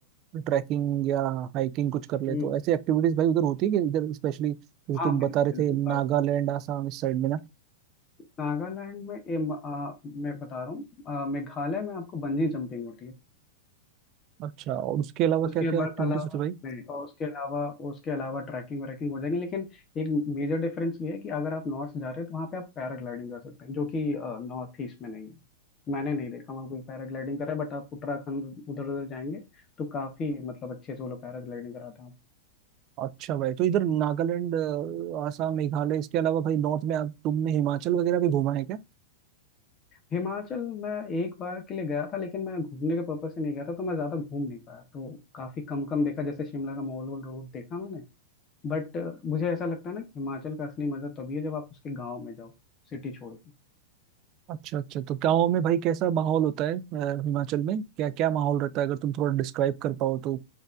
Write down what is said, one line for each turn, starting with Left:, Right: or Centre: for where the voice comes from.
Right: ट्रैकिंग या हाइकिंग कुछ कर ले
Left: हम्म,
Right: तो
Left: हम्म।
Right: ऐसी एक्टिविटीज भाई उधर होती है कि इधर स्पेशली जैसे
Left: हाँ
Right: तुम
Left: बिल्कुल
Right: बता रहे
Left: बिल्कुल
Right: थे नागालैंड
Left: अब
Right: आसाम इस साइड में ना
Left: नागालैंड में ये म- आ, मैं बता रहा हूँ आ, मेघालय में आपको बंजी जंपिंग होती है
Right: अच्छा और उसके अलावा
Left: उसके
Right: क्या क्या
Left: बाद
Right: एक्टिविटीज
Left: अलावा
Right: होती है भाई
Left: नहीं और उसके अलावा उसके अलावा ट्रैकिंग व्रैकिंग हो जाएगी लेकिन एक मेजर डिफरेंस ये है कि अगर आप नॉर्थ जा रहे हैं तो वहाँ पे आप पैराग्लाइडिंग कर सकते हैं जो कि नॉर्थ ईस्ट में नहीं है मैंने नहीं देखा वहाँ कोई पैराग्लाइडिंग करा है बट आप उत्तराखंड उधर उधर जाएंगे तो काफ़ी मतलब अच्छे से वो लोग पैराग्लाइडिंग कराते हैं आपको
Right: अच्छा भाई तो इधर नागालैंड अ, आसाम मेघालय इसके अलावा भाई नॉर्थ में आप तुमने हिमाचल वगैरह भी घूमा है क्या
Left: हिमाचल मैं एक बार के लिए गया था लेकिन मैं घूमने के पर्पज से नहीं गया था तो मैं ज़्यादा घूम नहीं पाया तो काफ़ी कम कम देखा जैसे शिमला का मॉल वॉल रोड देखा मैंने बट मुझे ऐसा लगता है ना कि हिमाचल का असली मजा तभी है जब आप उसके गांव में जाओ सिटी छोड़ के
Right: अच्छा अच्छा तो गाँव में भाई कैसा माहौल होता है अ, हिमाचल में क्या क्या माहौल रहता है अगर तुम थोड़ा डिस्क्राइब कर पाओ तो